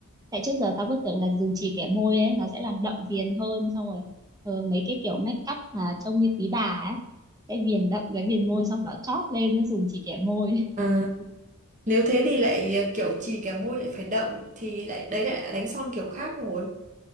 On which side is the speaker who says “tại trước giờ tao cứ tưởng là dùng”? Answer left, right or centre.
Right